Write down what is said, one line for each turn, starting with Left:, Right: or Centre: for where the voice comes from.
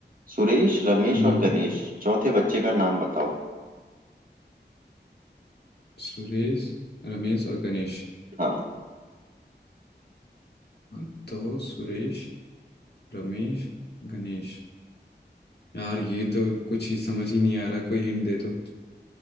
Right: सुरेश रमेश
Left: हम्म
Right: और गणेश चौथे बच्चे का नाम बताओ
Left: सुरेश रमेश और गणेश
Right: हाँ
Left: हाँ, तो सुरेश रमेश गणेश यार ये तो कुछ ही समझ ही नहीं आ रहा कोई हिंट दे दो